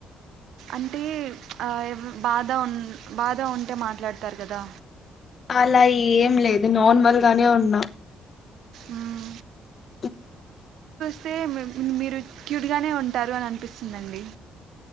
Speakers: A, on the right (about 80°); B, on the left (about 45°).
A: అంటె ఆ బాధ హ్మ్ బాధ ఉంటే మాట్లాడ్తారు కదా
B: అల ఏం లేదు నార్మల్ గానే ఉన్నా
A: మ్మ్.
B: హు
A: సే మీరు క్యూట్గానే ఉంటారు అని అన్పిస్తుందండి